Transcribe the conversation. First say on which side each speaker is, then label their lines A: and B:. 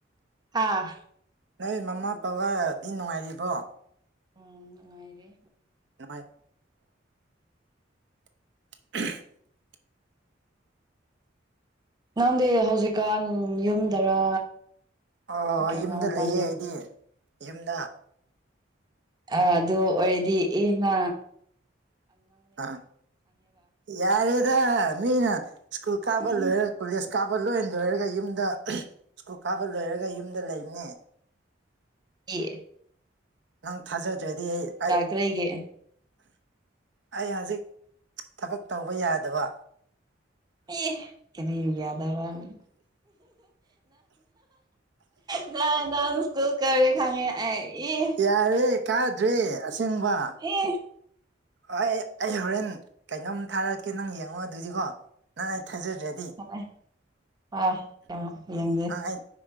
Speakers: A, on the right (about 20°); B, on the right (about 65°).
A: ꯑꯥ
B: ꯅꯣꯏ ꯃꯃꯥ ꯄꯕꯕꯥꯗꯤ ꯅꯨꯡꯉꯥꯏꯔꯤꯕꯣ
A: ꯎꯝ ꯉꯅꯨꯡꯥꯏꯔꯦ
B: ꯅꯥꯏ <inaudible>
A: ꯅꯪꯗꯤ ꯍꯧꯖꯤꯛꯀꯥꯟ ꯌꯨꯝꯗꯔ
B: ꯑꯣ
A: ꯅꯠꯇ꯭ꯔꯒ
B: ꯌꯨꯝꯗ
A: ꯃꯄꯥꯟꯗꯔ
B: ꯂꯩꯌꯦ ꯑꯩꯗꯤ ꯌꯨꯝꯗ
A: ꯑ ꯑꯗꯨ ꯑꯣꯏꯔꯗꯤ ꯏꯅ
B: ꯑ ꯌꯥꯔꯦꯗ ꯃꯤꯅ ꯁ꯭ꯀꯨꯜ ꯀꯥꯕ
A: ꯎꯝ
B: ꯂꯣꯏꯔꯦ ꯀꯣꯂꯦꯖ ꯜ ꯀꯥꯕ ꯂꯣꯏꯔꯅ ꯂꯣꯏꯔꯒ ꯌꯨꯝꯗ ꯁ꯭ꯀꯨꯜ ꯀꯥꯕ ꯂꯣꯏꯔꯒ ꯌꯨꯝꯗ ꯂꯩꯕꯅꯦ
A: ꯍ
B: ꯅꯪ ꯊꯥꯖꯗ꯭ꯔꯗꯤ ꯑꯩ
A: ꯀꯔꯤꯒꯤ
B: ꯑꯩ ꯍꯧꯖꯤꯛ ꯊꯕꯛ ꯇꯧꯕ ꯌꯥꯗꯕ
A: ꯑꯦ ꯀꯔꯤ ꯌꯥꯗ ꯋꯥꯅꯤ ꯅ ꯁꯀꯨꯜ ꯀꯔꯤ ꯈꯉꯦ ꯑ ꯑꯦ
B: ꯌꯥꯔꯦ ꯀꯥꯗ꯭ꯔꯦ ꯑꯁꯦꯡꯕ
A: ꯑꯦ
B: ꯍꯣꯏ ꯑꯩ ꯍꯣꯔꯦꯟ ꯀꯩꯅꯣꯝ ꯊꯥꯔꯛꯀꯦ ꯅꯪ ꯌꯦꯡꯉꯣ ꯑꯗꯨꯗꯤꯀꯣ ꯅꯪ ꯊꯥꯖꯗ꯭ꯔꯗꯤ
A: ꯍꯣꯏ ꯍꯣꯏ ꯌꯦꯡꯒꯦ
B: ꯅꯪ ꯑꯩ